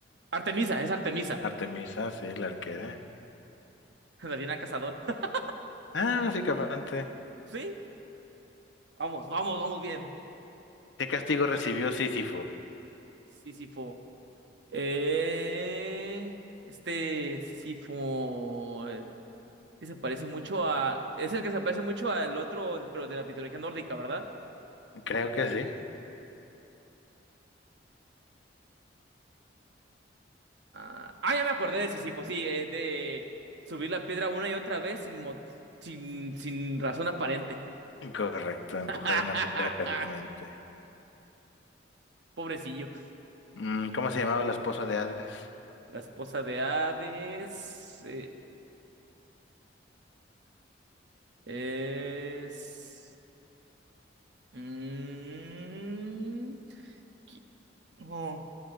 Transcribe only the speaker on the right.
Artemisa, es Artemisa,
<laughs> la Diana Cazadora. <laughs>
Sí, vamos, vamos, vamos bien.
Sísifo. Eh, este Sísifo. Que se parece mucho a. Es el que se parece mucho al otro, pero de la mitología nórdica, ¿verdad?
Ah, ah, ya me acordé de Sísifo, sí, eh, de subir la piedra una y otra vez sin, mo- sin, sin razón aparente.
<laughs>
Pobrecillo.
La esposa de Hades eh, es. mm, qui- no.